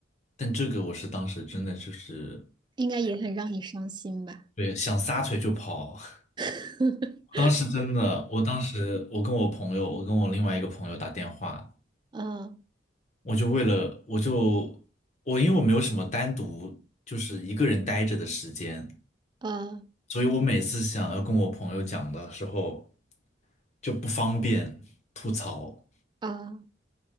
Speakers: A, on the left; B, on the right.
A: 但这个我是当时真的就是
B: 应该也很让你伤心吧？
A: 对，想撒腿就跑。<laughs>
B: <laughs>
A: 当时真的，我当时我跟我朋友，我跟我另外一个朋友打电话，
B: 啊
A: 我就为了我就我因为我没有什么单独就是一个人待着的时间，
B: 啊
A: 所以我每次想要跟我朋友讲的时候就不方便吐槽。
B: 啊